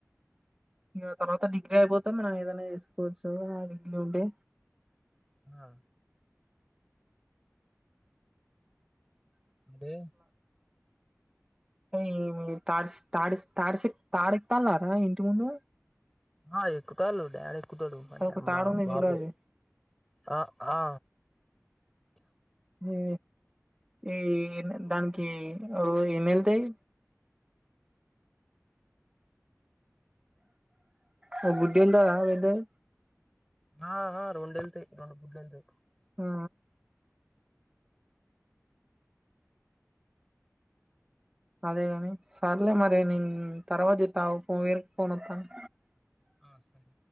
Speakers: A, on the right (about 15°); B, in the centre.
A: ఇగ తర్వాత డిగ్రీ అయిపోతే మనం ఏదైనా చేసుకోవచ్చు ఆ డిగ్రీ ఉంటే
B: ఆ దే
A: ఏం లేదు తాడిష్ తాడిష్ తాడిష్ తాడెక్కి తల్లారా ఇంటి ముందు
B: ఆ ఎక్కుతాల్లు డాడీ ఎక్కుతడు
A: అదొక
B: అమ్మ
A: తాడు ఉంది
B: బాబూ
A: చూడు అది
B: ఆ ఆ
A: ఈ ఈ దానికి ఓ ఎన్ని ఎళ్తాయి ఒక గుడ్డు ఎల్తదా పెద్దది
B: ఆ హా రొండు ఎళ్తాయి రొండు గుడ్లు ఎల్తాయి
A: ఆ అదే గాని సర్లే మరి నేను తర్వాత జేత్త ఆగు ఫో వేరే ఫోన్ వత్తుంది
B: ఆ సరే